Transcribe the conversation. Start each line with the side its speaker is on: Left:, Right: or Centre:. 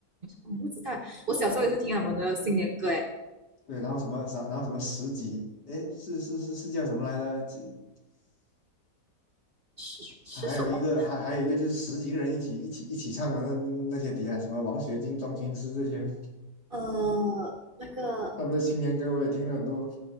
Right: 我不知道，我小时候也是听他们的新年歌，诶。
Left: 对，然后什么，啥，然后什么十几，哎，是是是是叫什么来着？几
Right: 是是什么？
Left: 他还有一个，还还有一个就是十几个人一起一起一起唱的那那些碟啊，什么王雪晶、庄青诗这些，
Right: 呃，那个
Left: 他们的新年歌我也听了很多。